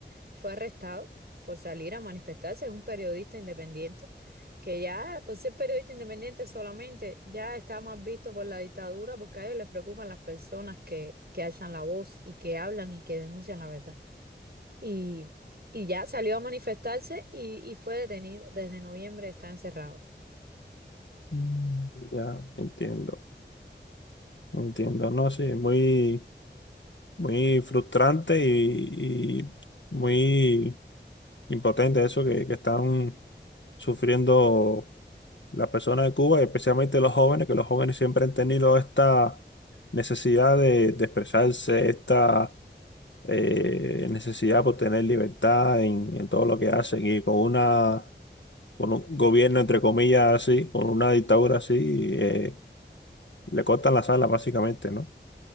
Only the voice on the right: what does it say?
fue arrestado por salir a manifestarse. Es un periodista independiente, que ya por ser periodista independiente solamente ya está más visto por la dictadura porque a ellos les preocupan las personas que, que alzan la voz y que hablan y que denuncian la verdad. Y, y ya salió a manifestarse y, y fue detenido. Desde noviembre está encerrado.